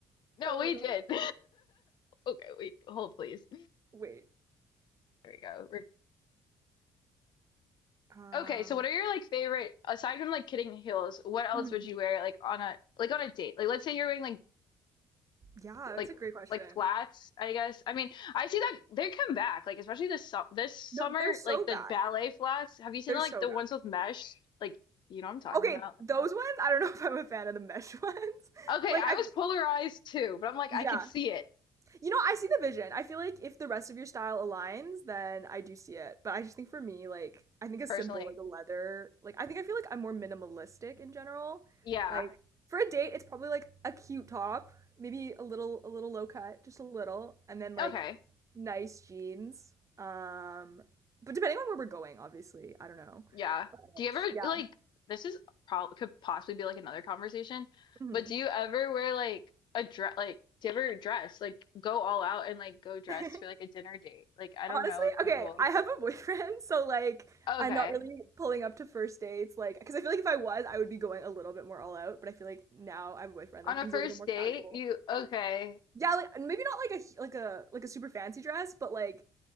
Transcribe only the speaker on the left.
No,
we
did. <laughs> Okay, we hold please.
There we go. Re-
Okay, so what are your like favorite aside from like kidding heels, what else
would you wear like on a like on a date? Like let's say you're wearing like
like
like flats, I guess. I mean, I see that they come back, like especially this su this summer,
like the
ballet flats. Have you seen
like
the
ones with mesh? Like you know what I'm talking
about.
Okay,
I
was polarized too, but I'm like
I could see it
personally.
Yeah.
Okay.
Yeah.
Do you ever
like this is probably could possibly be like another conversation,
but do you ever wear like a dress like do you ever dress like go all out and like go dress
for like a dinner date? Like I don't
know if
people
okay.
On
a
first
date,
you okay.